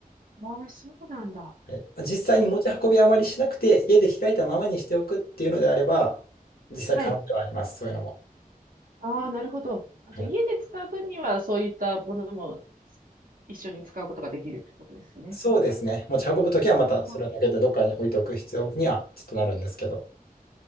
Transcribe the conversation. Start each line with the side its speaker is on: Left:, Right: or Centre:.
Right: ああ、そうなんだ。
Left: はいまあ実際に持ち運びあまりしなくて家で開いたままにしておくっていうのであれば、
Right: ああ
Left: 実際可能ではあります、
Right: はい。
Left: そういうのも。
Right: ああ、なるほど。あと、
Left: はい
Right: 家で使う分には、そういったものも一緒に使うことができるってことですね。
Left: そうですね。持ち運ぶときはまたそれをだけでどっかに置いておく必要にはちょっとなるんですけど。
Right: ほうほうほう